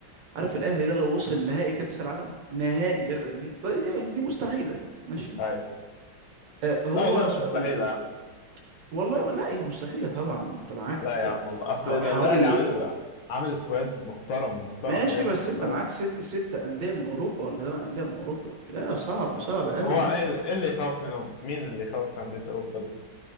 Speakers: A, on the right (about 65°); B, on the left (about 70°).
A: عارف الاهلي ده لو وصل نهائي كاس العالم نهائي كاس دي طيب دي مستحيله ماشي
B: ايوه
A: آه هو
B: لا والله مش مستحيل
A: و-
B: يا
A: و-
B: عم
A: والله لا هي مستحيله طبعا انت معاك
B: لا يا عم والله اصل
A: حو-
B: ده
A: حوالي
B: الاهلي عامل عامل سكواد محترم محترم
A: ماشي
B: جامد
A: بس
B: والله
A: انت معاك ست ست انديه من اوروبا ولا ثمان انديه من اوروبا يا صعبه صعبه قوي
B: هو ايه
A: يعني
B: ال- إيه اللي يخوف منهم مين اللي يخوف في انديه اوروبا دي